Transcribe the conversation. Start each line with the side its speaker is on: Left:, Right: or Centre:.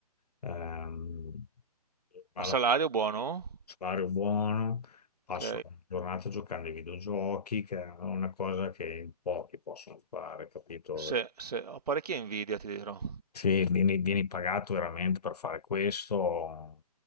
Left: Ehm, ma
Right: ma salario
Left: la-
Right: buono?
Left: salario buono, passo
Right: Ok,
Left: la giornata giocando ai videogiochi, che è una cosa che in pochi possono fare, capito?
Right: se, se- ho parecchia invidia, ti dirò.
Left: Sì, vieni, vieni pagato veramente per fare questo.